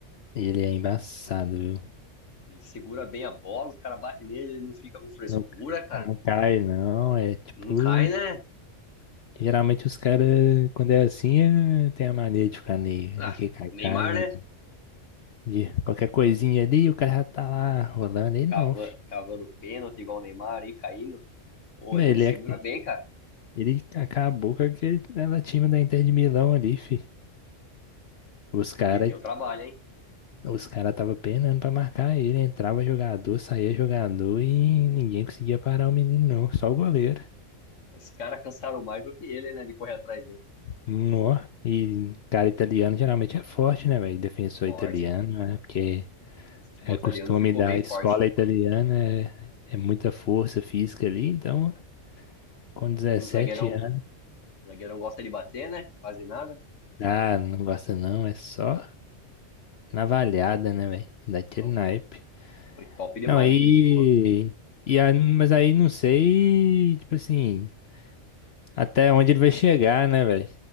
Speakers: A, on the left; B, on the left.
A: ele é embaçado, viu?
B: Ele segura bem a bola, os caras batem nele, ele não fica com frescura,
A: Não,
B: cara.
A: não cai, não. É tipo.
B: Não cai, né?
A: Geralmente os caras, quando é assim, é- tem a mania de ficar ne-
B: Ah,
A: naquele cai-cai,
B: Neymar,
A: né?
B: né?
A: De, de qualquer coisinha ali, o cara já tá lá rolando. Ele
B: Cava,
A: não, filho.
B: cavando pênalti igual o Neymar aí caindo. Pô,
A: Mas
B: ele
A: Ele,
B: segura
A: é-
B: bem, cara.
A: ele acabou com aquele ela time da Inter de Milão ali, fi. Os caras
B: De- Deu trabalho, hein?
A: os cara tava penando pra marcar ele. Entrava jogador, saía jogador e
B: É.
A: ninguém conseguia parar o menino, não. Só o goleiro.
B: Os caras cansaram mais do que ele, né? De correr atrás dele.
A: Nó. E cara italiano geralmente é forte, né, velho? Defensor
B: Forte.
A: italiano, né? Porque
B: O futebol
A: é costume
B: italiano ficou
A: da
B: bem forte.
A: escola italiana, é, é muita força física ali. Então, com 17
B: E o zagueirão,
A: anos,
B: o zagueirão gosta de bater, né? Quase nada.
A: ah, não gosta não, é só navalhada, né, velho? Daquele
B: Não,
A: naipe.
B: foi, foi top demais
A: Não, aí.
B: aquele jogo.
A: E aí, mas aí não sei, tipo assim, até onde ele vai chegar, né, velho?